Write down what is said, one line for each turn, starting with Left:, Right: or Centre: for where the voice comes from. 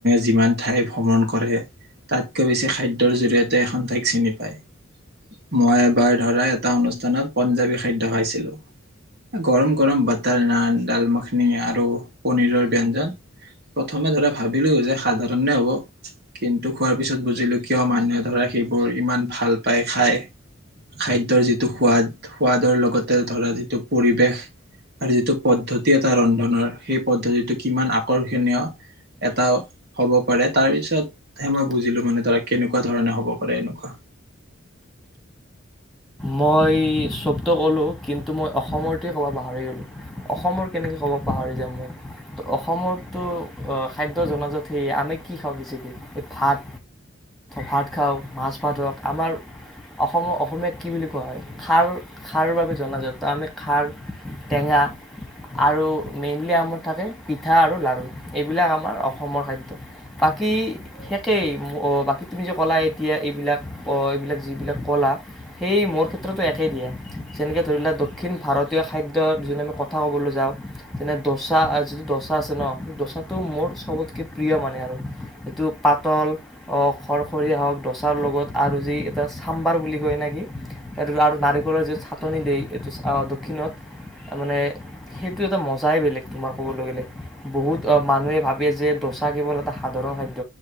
Right: যিমান ঠাই ভ্ৰমণ কৰে তাতকৈ বেছি খাদ্যৰ জৰিয়তে এখন ঠাইক চিনি পায়। মই এবাৰ ধৰা এটা অনুষ্ঠানত পঞ্জাৱী খাদ্য খাইছিলোঁ গৰম গৰম বাটাৰ নান, ডাল মাআখিনি আৰু পনীৰৰ ব্যঞ্জন প্ৰথমে ধৰা ভাবিলো যে সাধাৰণে হ'ব কিন্তু খোৱাৰ পিছত বুজিলো কিয় মানুহে ধৰা সেইবোৰ ইমান ভাল পায় খায়। খাদ্যৰ যিটো সোৱাদ, সোৱাদৰ লগতে ধৰা যিটো পৰিৱেশ আৰু যিটো পদ্ধতি এটা ৰন্ধনৰ সেই পদ্ধতিটো কিমান আকৰ্ষণীয় এটাও হ'ব পাৰে তাৰ পিছত সে মই বুজিলো মানে ধৰা কেনেকোৱা ধৰণে হ'ব পাৰে এনেকুৱা।
Centre: মই চ'বত' ক'লোঁ কিন্তু মই অসমৰ টোৱে ক'বা পাহাৰি গ'লো। অসমৰ কেনেকে ক'ব পাহৰি যাম মই? ত অসমৰতো খাদ্য জনাজাত সেই আমি কি খাওঁ বেচিকে, এই ভাত। ভাত খাওঁ, মাছ ভাত ধৰক আমাৰ অসম অসমীয়াত কি বুলি কোৱা হয়? খাৰ খাৰৰ বাবে জনাজাত, ত' আমি খাৰ, টেঙা আৰু মেইনলি আমাৰ থাকে, পিঠা আৰু লাড়ু এইবিলাক আমাৰ অসমৰ খাদ্য। বাকী সেকেই বাকী তুমি যে ক'লা এতিয়া এইবিলাক এইবিলাক যিবিলাক ক'লা সেই মোৰ ক্ষেত্ৰতো একেই দিয়া, যেনেকে ধৰি লোৱা দক্ষিণ ভাৰতীয় খাদ্যৰ যদি আমি কথা ক'বলৈ যাওঁ তেনে দচা আচ দচা আছে ন' সেই দচাটো মোৰ চবতকে প্ৰিয় মানে আৰু সেইটো পাতল হওঁক খৰখৰীয়া হওঁক দচাৰ লগত আৰু যি এটা চাম্বাৰ বুলি কয়নে ই আৰু নাৰিকলৰ যিটো চাটনি দিয়ে এইটো অঁ দক্ষিণত, মানে সেইটো এটা মজাই বেলেগ তোমাৰ ক'বলৈ গ'লে, বহুত অ' মানুহে ভাবে যে ডোচা কেৱল এটা সাধাৰণ খাদ্য,